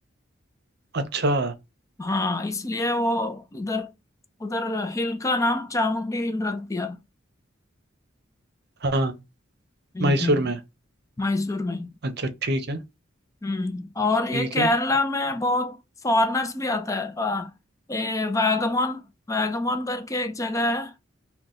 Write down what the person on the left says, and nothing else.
हाँ इसलिए वो इधर उधर हिल का नाम चामुंडी हिल रख दिया
हम्म
हम्म,
मैसूर में
हम्म और
ये केरला
में बहुत फॉरेनर्स भी आता है आ, ये वागमोन वागमोन करके एक जगह है